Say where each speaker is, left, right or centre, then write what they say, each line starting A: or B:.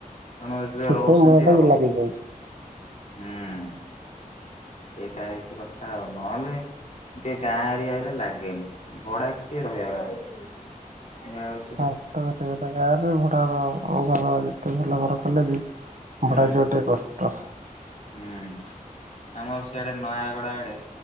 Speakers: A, on the left; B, on the right.
A: ତେଣୁ ଏଥିରେ
B: ସେଥିପାଇଁ
A: ରହୁଛନ୍ତି
B: ଭଡା ଟା
A: ଆଉ
B: ଲାଗିଯାଉଛି।
A: ହୁଁ ସେଇଟା ହେଇଛି କଥା ଆଉ ନହେଲେ ଟିକେ ଗାଁ ଏରିଆ ହେଲେ ଲାଗେନି ଭଡା କିଏ ରହିବ ବା ଏଇ
B: <unintelligible> ଗାଁରେ ଭଡ଼ା ଘର ଯେତେ ଭଲ ଘର କଲେ ବି
A: ହୁଁ
B: <unintelligible> କଷ୍ଟ
A: ହୁଁ ଆମର ସେଆଡେ ନୟାଗଡ ଆଡେ